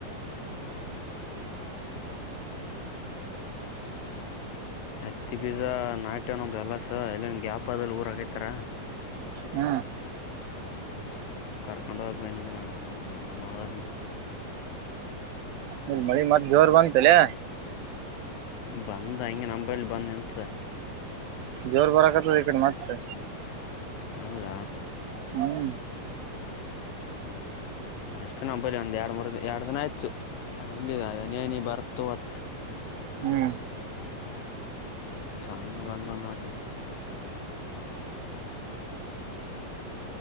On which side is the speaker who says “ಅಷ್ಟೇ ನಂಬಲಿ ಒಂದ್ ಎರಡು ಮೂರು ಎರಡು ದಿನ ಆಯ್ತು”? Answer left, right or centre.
Left